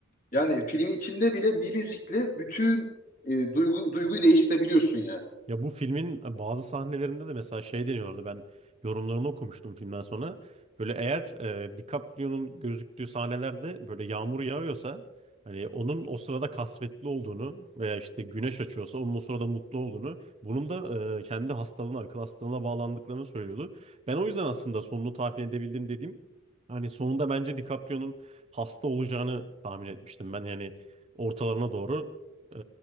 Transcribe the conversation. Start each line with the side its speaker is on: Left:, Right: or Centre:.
Left: Yani filmin içinde bile bir müzikle bütün e, duygu duyguyu değiştirebiliyorsun yani.
Right: Ya bu filmin e, bazı sahnelerinde de mesela şey deniyorlardı. Ben yorumlarını okumuştum filmden sonra. Böyle eğer e, DiCaprio'nun gözüktüğü sahnelerde böyle yağmur yağıyorsa hani onun o sırada kasvetli olduğunu veya işte güneş açıyorsa onun o sırada mutlu olduğunu bunun da e, kendi hastalığına, akıl hastalığına bağlandıklarını söylüyordu. Ben o yüzden aslında sonunu tahmin edebildim dediğim hani sonunda bence DiCaprio'nun hasta olacağını tahmin etmiştim. Ben yani ortalarına doğru ee,